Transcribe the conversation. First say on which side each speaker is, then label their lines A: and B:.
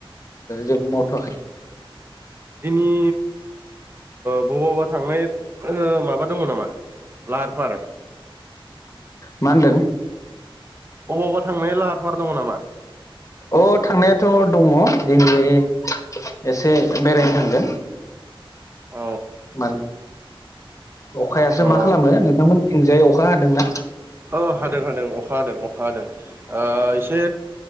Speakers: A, on the left; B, on the right.
A: जेबो मावथ'वाखै
B: दिनै बबावबा ओ थांनाय माबा दङ नामा लाहार फाहार
A: मा होनदों?
B: अबावबा थांनाय लाहार फाहार दङ नामा?
A: अ थांनायाथ' दङ दिनै एसे बेरायनो थांगोन।
B: अ
A: माने अखायासो
B: औ
A: मा खालामो नोंथांमोन थिंजायै अखा हादोंना?
B: औ हादों हादों अखा हादों अखा हादों ओ एसे